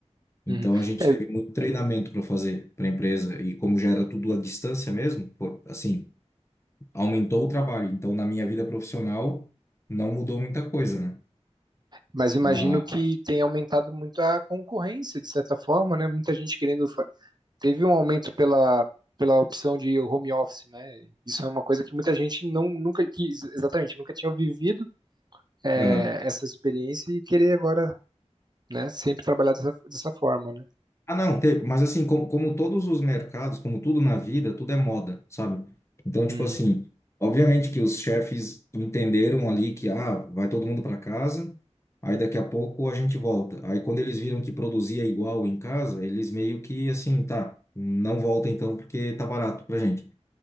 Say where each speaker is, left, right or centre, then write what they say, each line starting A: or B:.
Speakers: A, on the left; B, on the right.
A: Então
B: Uhum.
A: a gente
B: É,
A: teve muito treinamento para fazer para a empresa e como já era tudo à distância mesmo, pô, assim, aumentou o trabalho. Então na minha vida profissional não mudou muita coisa, né?
B: mas imagino
A: Mas,
B: que tenha aumentado muito a concorrência, de certa forma, né? Muita gente querendo teve um aumento pela, pela opção de home office, né? Isso é uma coisa que muita gente não, nunca quis, exatamente, nunca tinha vivido é,
A: aham.
B: essa experiência e querer agora, né, sempre trabalhar dessa, dessa forma, né?
A: Ah, não, teve, mas assim, como, como todos os mercados, como tudo na vida, tudo é moda, sabe? Então, tipo
B: Hum,
A: assim, obviamente que os chefes entenderam ali que, ah, vai todo mundo para casa, aí daqui a pouco a gente volta. Aí quando eles viram que produzia igual em casa, eles meio que assim, tá, não volta então porque tá barato pra gente